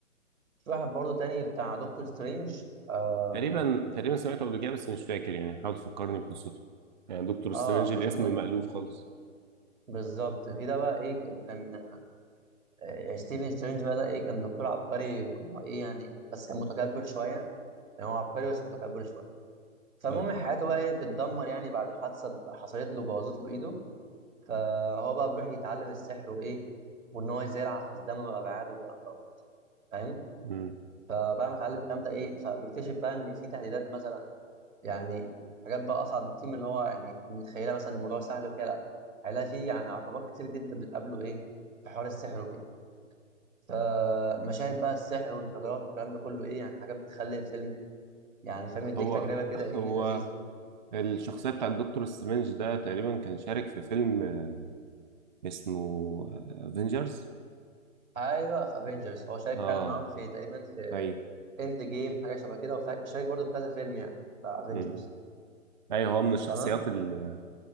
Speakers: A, on the right; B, on the right.
A: في واحد برضه تاني بتاع دكتور سترينج آه
B: تقريبا تقريبا
A: دكتور
B: سمعته قبل كده بس مش فاكر يعني حاول تفكرني بقصته يعني دكتور سترينج
A: اه بص
B: الاسم
A: ده
B: مألوف خالص
A: بالظبط في ده بقى ايه كان آه، يعني ستيفن سترينج بقى ده ايه كان دكتور عبقري وإن هو ايه يعني بس كان متكبر شويه يعني هو عبقري بس متكبر شويه فالمهم
B: اه
A: حياته بقى ايه بتتدمر يعني بعد حادثه حصلت له بوظت له ايده فهو بقى بيروح يتعلم السحر وايه وان هو ازاي يلعب في الزمن والابعاد والكلام دوت فاهم
B: مم.
A: فبعد ما اتعلم الكلام ده ايه فبيكتشف بقى ان في تهديدات مثلا يعني حاجات بقى اصعب بكتير من اللي هو يعني متخيلها مثلا إن الموضوع سهل وكده لا هيلاقي فيه يعني عقبات كتير جدا بتقابله ايه في حوار السحر وكده فمشاهد بقى السحر والانفجارات والكلام ده كله ايه يعني حاجات بتخلي الفيلم يعني فاهم يديك
B: هو
A: تجربه كده
B: هو
A: ايه لذيذه
B: الشخصية بتاعت دكتور سترينج ده تقريبا كان شارك في فيلم آه، اسمه افنجرز
A: ايوه في افنجرز هو شارك
B: اه
A: فعلا معاهم في تقريبا في
B: ايوه
A: اند جيم حاجه شبه كده وشارك برضه في كذا فيلم يعني بتاع افنجرز
B: مم. ايوه هو من الشخصيات
A: تمام
B: ال-